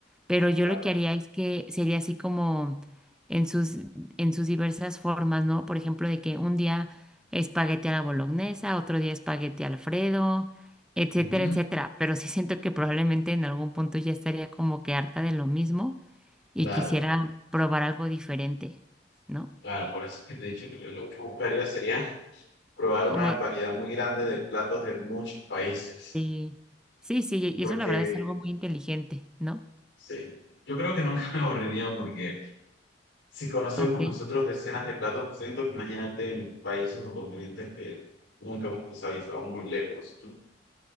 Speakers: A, in the centre; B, on the left.
A: pero yo
B: Claro,
A: lo que haría es que sería así como en sus, en sus diversas formas, ¿no? Por ejemplo, de que un día espagueti a la bolognesa, otro día espagueti Alfredo, etcétera,
B: Ujú.
A: etcétera. Pero sí siento que probablemente en algún punto ya estaría como que harta de lo mismo y
B: claro,
A: quisiera probar algo diferente, ¿no?
B: claro. Por eso es que te he dicho que yo lo que buscaría sería probar
A: Como,
B: una variedad muy grande de platos de muchos países.
A: sí, sí, sí,
B: Porque,
A: y eso la verdad es algo muy inteligente, ¿no?
B: sí, yo creo que nunca <laughs> me aburriría porque si conocemos
A: Ok.
B: nosotros decenas de platos distintos, imagínate en países o continentes que nunca hemos cruzado y estamos muy lejos.